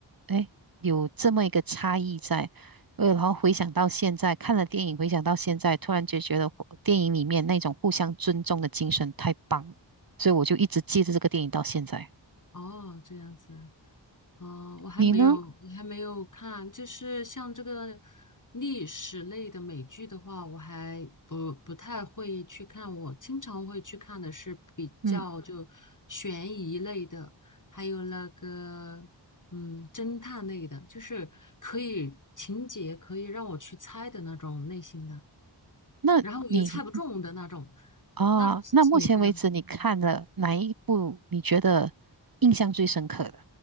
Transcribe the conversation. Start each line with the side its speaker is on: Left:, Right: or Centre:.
Right: 哎，有这么一个差异在。呃，然后回想到现在，看了电影，回想到现在，突然就觉得互电影里面那种互相尊重的精神太棒了所以我就一直记着这个电影到现在。
Left: 哦，这样子，哦，我还没有，
Right: 你呢？
Left: 我还没有看，就是像这个历史类的美剧的话，我还不不太会去看，我经常会去看的是比较就悬疑类的，
Right: 嗯，
Left: 还有那个嗯侦探类的，就是可以情节可以让我去猜的那种类型的，
Right: 那你
Left: 然后我又猜不中的那种，
Right: 啊，
Left: 那种事情你知道吗？
Right: 那目前为止你看了哪一部你觉得印象最深刻的？